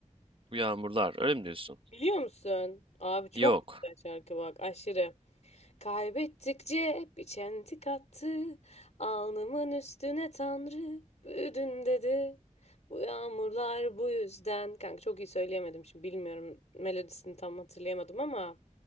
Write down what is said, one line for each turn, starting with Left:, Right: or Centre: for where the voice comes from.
Right: Bu Yağmurlar öyle mi diyorsun?
Left: Biliyor musun? Abi çok
Right: Yok.
Left: güzel şarkı bak aşırı. Kaybettikçe bir çentik attı. Alnımın üstüne Tanrı büyüdün dedi. Bu yağmurlar bu yüzden. Kanka çok iyi söyleyemedim şimdi bilmiyorum melodisini tam hatırlayamadım ama